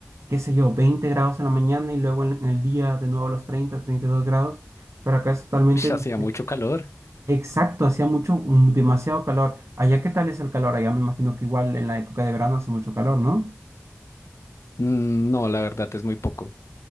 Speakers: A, on the right; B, on the left.
A: qué sé yo, Veinte grados en la mañana y luego en, en el día de nuevo los 30, 32 grados, pero acá es totalmente
B: Ush,
A: diferente.
B: Hacía mucho calor.
A: exacto, hacía mucho, mm, demasiado calor. Allá, ¿qué tal es el calor? Allá me imagino que igual en la época de verano hace mucho calor, ¿no?
B: Mm, No, la verdad es muy poco.